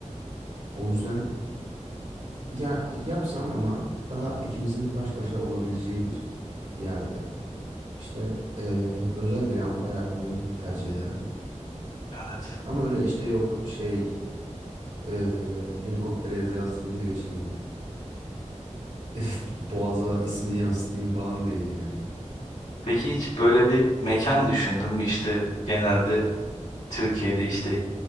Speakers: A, on the right; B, on the left.
A: O yüzden ya yapsam ama daha ikimizin baş başa olabileceği bir yerde. İşte e, özel bir anda yapmayı tercih ederdim.
B: Evet.
A: Ama öyle işte yok şey e, helikoptere yaz yazdırayım da geçireyim. <laughs> Boğaza ismini yansıtayım falan değil yani.
B: Peki hiç böyle bir mekan düşündün mü? İşte genelde Türkiye'de işte